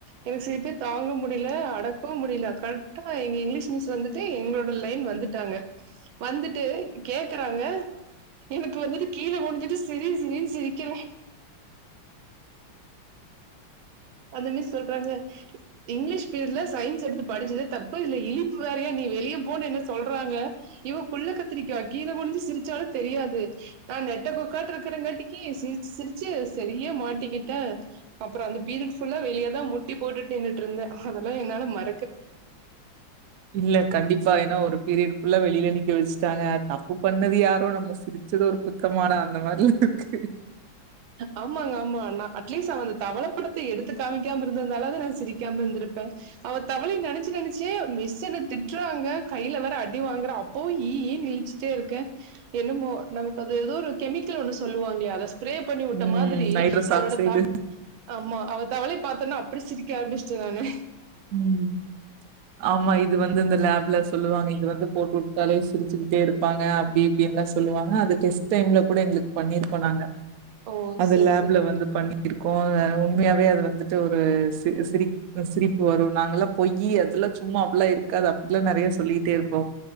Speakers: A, on the right (about 80°); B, on the right (about 75°).
A: எனக்கு சிரிப்பே தாங்க முடி முடியலே அடக்கவு முடியல கரெக்டா எங்க இங்கிலீஷ் மிஸ் வந்துட்டு எங்களோட லைன் வந்துட்டாங்க வந்துட்டு கேக்குறாங்க எனக்கு வந்துட்டு கீழ குனிஞ்சிட்டு சிரி சிரின்னு சிரிக்கிறே அந்த மிஸ் சொல்றாங்க இங்கிலீஷ் பீரியட்ல சயின்ஸ் எடுத்து படிச்சதே தப்பு இதுல இழிப்பு வேறையா நீ வெ வெளிய போ என்ன சொல்றாங்க இவக்குள்ள கத்திரிக்கா கீழே குடிஞ்சு சிரிச்சாலு தெரியாது நா நெ நெட்ட கொக்காட்டு இருக்கிறங்காட்டிக்கு சிரிச்சு சிரிச்சு சரியா மாட்டிக்கிட்டே அப்ரோ அந்த பீரியட்ஃபுல்லா வெளிய தான் முட்டி போட்டுட் நின்னுட்டு இருந்த அதெல்லாம் என்னால மறக்
B: இல்ல கண்டிப்பா ஏனா ஒரு பீரியட் ஃபுல்லா வெளியில நிக்க வச்சு டாங்க தப்பு பண்ணது யாரோ நம்ப சிரிச்சத ஒரு குத்தமாடா அந்த மாரில இருக்கு
A: ஆமாங்க ஆமா நா அட்லீஸ் ஆவது தவலப்படத்த எடுத்து காமிக்காம இருந்திருந்தாலாவது நான் சிரிக்காம இருந்திருப்பேன் அவ தவளய நெனைச்சு நெனைச்சே மிஸ்ஸு என்ன திட்டுறாங்க கையில வேற அடி வாங்கறன் அப்போவும் ஈஈ ன்னு இளிச்சிட்டே இருக்கே என்னமோ நமக்கு அது ஏதோ ஒரு கெமிக்கல் ஒன்னு சொல்லுவாங்களா அத ஸ்ப்ரே ப பண்ணி விட்ட
B: ம்
A: மாதிரி
B: நைட்ரஸ்
A: அவரோட
B: ஆக்சைடு
A: தவ ஆமா அவ தவலய பாத்தோன்னே அப்டி சிரிக்க ஆரம்பிச்சிட்ட நானு
B: ம் ஆமா இது வந்து இந்த லேப்ல சொல்லுவாங்க இது வந்து போட்டுட்டாலே சிரிச்சுக்கிட்டே இருப்பாங்க அப்டி இப்டி அப்டின்லா சொல்லுவாங்க அது டெஸ்ட் டைம்ல கூட எங்க்ளுக்கு பண்ணிருக்கோனாங்க
A: ஓ!
B: அது
A: சரி,
B: லேப்ல
A: சரிங்க.
B: வந்து பண்ணிருக்கோம் உண்மையாவே அது வந்து ஒரு சிரி சிரி சிரிப்து பு வரும் நாங்கல்லாம் பொய்யி அதெல்லாம் சும்மா அப்ல்லாம் இருக்காது அப்ல்லாம் நெறய சொல்லிட்டே இருப்போ